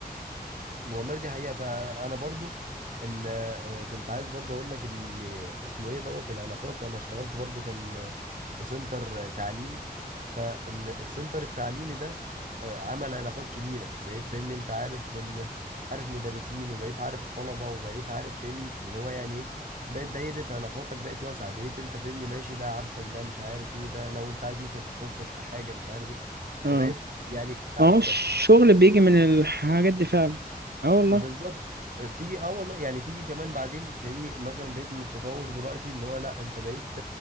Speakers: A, on the right (about 55°); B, on the right (about 85°).
A: والله دي حقيقة فأنا برضو ال- آه، كنت عايز برضو أقول لك إن اسمه إيه دوت العلاقات أنا اشتغلت برضو كان آه، في سنتر آه، تعليمي فالسنتر التعليمي ده آه، عمل علاقات كبيرة بقيت فاهمني أنت عارف ال... عارف مدرسين وبقيت عارف طلبة وبقيت عارف فاهمني اللي هو يعني إيه بقت دايرة علاقاتك بقت واسعة بقيت أنت فاهمني ماشي ده عارفك ده مش عارف إيه ده لو أنت عايز مثلا تتوسط لحاجة مش عارف إيه فبقيت
B: اه
A: يعني أحسن
B: ما هو الشغل بيجي من الحاجات دي فعلا اه والله
A: بالظبط تيجي اه والله يعني تيجي كمان بعدين فهمني مثلا بقيت متطور دلوقتي اللي هو لا انت بقيت